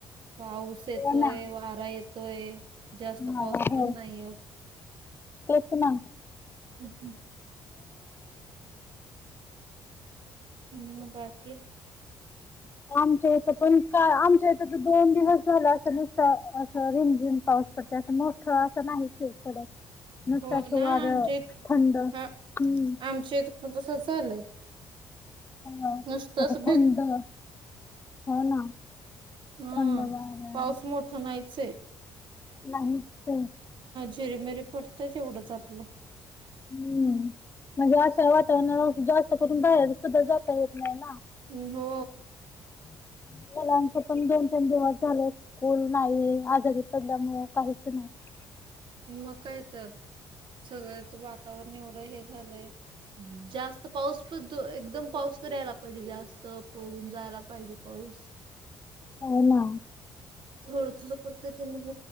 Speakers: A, on the right; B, on the left.
A: पाऊस येतोय
B: हो ना
A: वारा येतोय जास्त
B: हा
A: पाऊस
B: हो
A: पण नाहीय!
B: तेच ना.
A: हम् हम. म बाकी.
B: आमच्या इथ पण काय आमच्या इथ तर दोन दिवस झाला अस नुसत अस रिमझिम पाऊस पडतो. मोठ असं नाही पडत. नुकताच
A: हो
B: वार
A: ना आमच्या इथ
B: थंड हम्म..
A: हा आमच्या इथ पण तसच झालंय
B: ह
A: नुसतंच
B: अता थंड हो ना
A: हम
B: थंड वारा
A: पाऊस मोठा नाहीचय?
B: नाहीच अ.
A: चिरीमरी पडतय तेवढंच आपलं.
B: हम्म म्हणजे अशा वातावरणाला जास्त करून बाहेर सुद्धा जाता येत नाही ना?
A: ् हो
B: हम्. मुलांच पण दोन तीन दिवस झाले स्कूल नाही आजारी पडल्यामुळे काहीच नाही... <unintelligible>
A: मग काय च? सगळ्याच वातावरण एवढं हे झालंय जास्त पाऊस प एकदम पाऊस तर यायला लागतो. पाहिजे जास्त पून जायला पाहिजे पाऊस?
B: हो ना
A: थडू थोड पडत ते मग